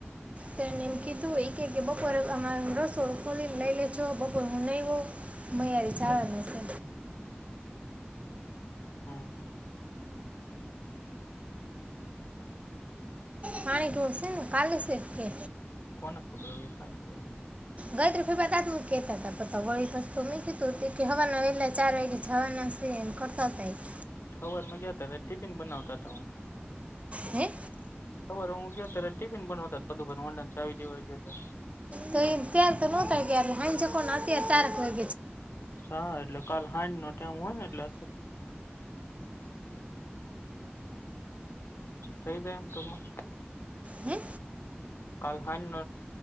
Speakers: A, on the right; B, on the left.
A: તેને એમ કીધું એ કે કે બપોરે હ રસોડ ખોલી લઈ લે છો બપોર હું નઈ હું. મૈયારી ચવાના છે.
B: હમ્મ.
A: પાણી તો હશે ને કાલે સટ કે.
B: કોણ ખબર હવે કઈ ખબર નથી.
A: ગાયત્ર્રી ફ બાદાતમ કહેતા હતા વળી તો તો મેં કીધુંતે હવાના વહેલા ચાર વાગે જવાના છે એમ. કરતા જાય.
B: સર હતા ટિફિન બનાવતા હું.
A: હે.
B: ખબર હું ગયો ત્યારે ટિફિન બનાવતા બધું વડા ચાવી દેવા ગયો ત્યારે.
A: તો ત્યાર તો નોતાાર હ કો અત્યારે ત્યારેક હોય.
B: હા એટલે કાલ. હાજ નો ટાઇમ હોય ને એટલે. થઈ જાય એમ તોમાં.
A: હે
B: કાલ હાન ન